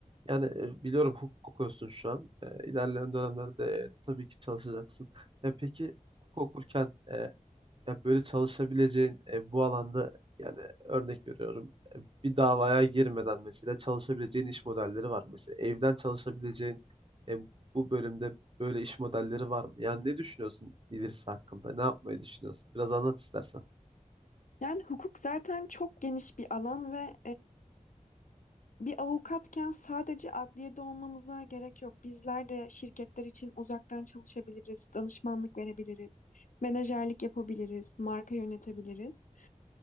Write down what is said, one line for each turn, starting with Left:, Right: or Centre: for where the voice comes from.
Right: Yani e, biliyorum hukuk okuyorsun şu an. E, ilerleyen dönemlerde e, tabii ki çalışacaksın. Ya peki hukuk okurken e, ya böyle çalışabileceğin e, bu alanda yani örnek veriyorum e, bir davaya girmeden mesela çalışabileceğin iş modelleri var. Mesela evden çalışabileceğin e, bu bölümde böyle iş modelleri var mı? Yani ne düşünüyorsun ilerisi hakkında? Ne yapmayı düşünüyorsun? Biraz anlat istersen.
Left: Yani hukuk zaten çok geniş bir alan ve Bir avukatken sadece adliyede olmamıza gerek yok. Bizler de şirketler için uzaktan çalışabiliriz, danışmanlık verebiliriz, menajerlik yapabiliriz, marka yönetebiliriz.